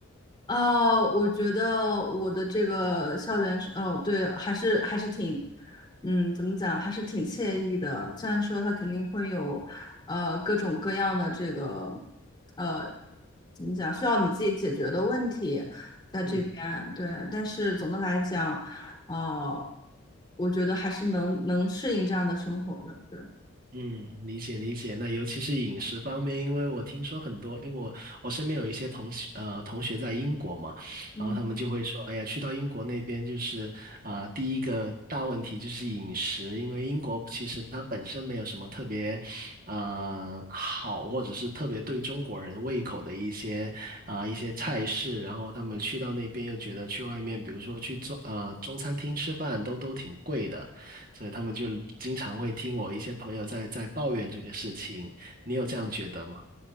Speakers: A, on the left; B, on the right.
A: 啊，我觉得我的这个校园是，哦，对，还是还是挺，嗯，怎么讲，还是挺惬意的。虽然说它肯定会有，呃，各种各样的这个，呃，怎么讲，需要你自己解决的问题在这边，
B: 嗯。
A: 对。但是总的来讲，呃，我觉得还是能能适应这样的生活的，对。
B: 嗯，理解理解。那尤其是饮食方面，因为我听说很多，因为我我身边有一些同学呃同学在英国嘛，
A: 嗯。
B: 然后他们就会说，哎呀，去到英国那边就是啊、第一个大问题就是饮食，因为英国其实它本身没有什么特别啊、好，或者是特别对中国人胃口的一些啊、一些菜式，然后他们去到那边又觉得去外面，比如说去中呃中餐厅吃饭都都挺贵的。所以他们就经常会听我一些朋友在在抱怨这个事情。你有这样觉得吗？